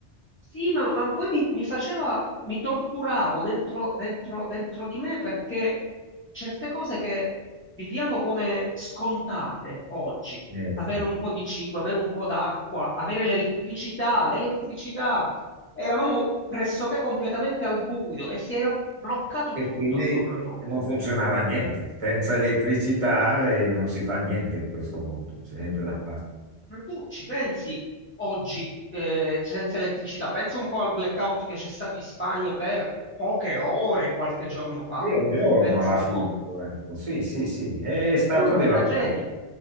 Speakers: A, on the left; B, on the right.
A: Sì, ma, ma poi mi, mi faceva, mi torturavo dentro, dentro- dentro di me perché certe cose che viviamo come scontate oggi,
B: Eh
A: avere
B: sì.
A: un po' di cibo, avere un po' d'acqua, avere l'elettricità, l'elettricità, eravamo pressoché completamente al buio e si era bloccato
B: E
A: tutto
B: quindi
A: attorno a noi.
B: non funzionava niente. Senza elettricità eh, non si fa niente in questo mondo, c'è niente da fare.
A: Ma tu ci pensi oggi eh, senza elettricità? Pensa un po' al blackout che c'è stato in Spagna per poche ore qualche giorno fa.
B: Io un giorno
A: Pensa
B: alla
A: un
B: fine,
A: po'.
B: ho detto, sì, sì, sì, è stato
A: È una
B: devastante.
A: tragedia.